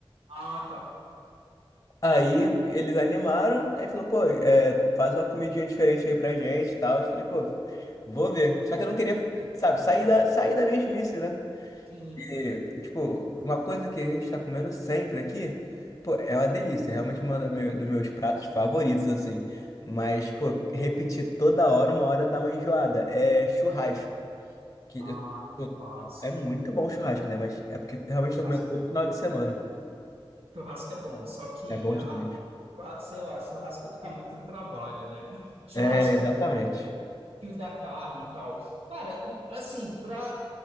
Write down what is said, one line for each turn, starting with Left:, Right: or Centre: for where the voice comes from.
Right: Ah, tá.
Left: Aí eles animaram, aí falou, pô, é, faz uma comidinha diferente aí pra gente e tal. Eu falei, pô, vou ver. Só que eu não queria, sabe, sair da, sair da mesmice, né?
Right: Sim.
Left: E, tipo, uma coisa que a gente tá comendo sempre aqui, pô, é uma delícia. é Realmente um dos meus pratos favoritos, assim. Mas, pô, repetir toda hora, uma hora dá uma enjoada. É churrasco. Que
Right: Ah,
Left: eu- eu-
Right: churrasco.
Left: é muito bom churrasco, né? Mas é porque realmente
Right: Churrasco,
Left: tô comendo todo final de semana.
Right: churrasco é bom, só que,
Left: É bom
Right: ah,
Left: demais.
Right: ah, sei lá, churrasco <laughs> dá muito trabalho, né? Churrasco
Left: É, exatamente.
Right: fio da carne e tal. Cara, um, assim, para